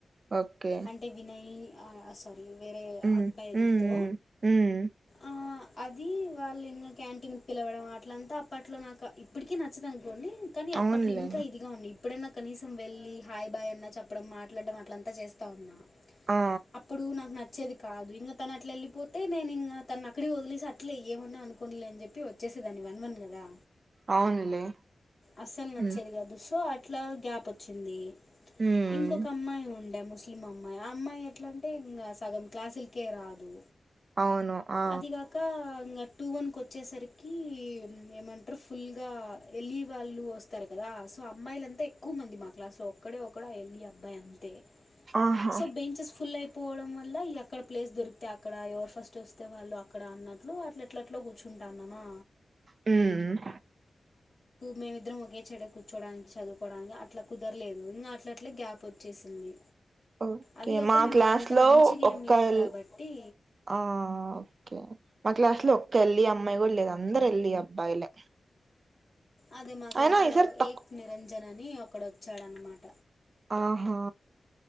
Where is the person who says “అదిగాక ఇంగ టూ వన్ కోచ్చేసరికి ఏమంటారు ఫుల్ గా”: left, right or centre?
Left